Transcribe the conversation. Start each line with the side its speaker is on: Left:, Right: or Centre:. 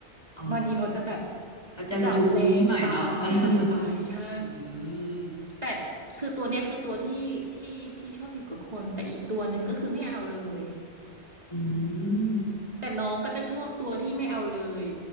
Left: อ๋อ
Right: บางทีเขาจะแบบ
Left: เขาจะยุ้มยุ้มหน่อยเนาะ
Right: จับแรงไปอะไรไปใช่
Left: <laughs> อืม
Right: แต่คือตัวเนี้ยคือตัวที่ที่ที่ชอบอยู่กับคนแต่อีกตัวหนึ่งก็คือไม่เอาเลย
Left: อืม
Right: แต่น้องก็จะชอบตัวที่ไม่เอาเลย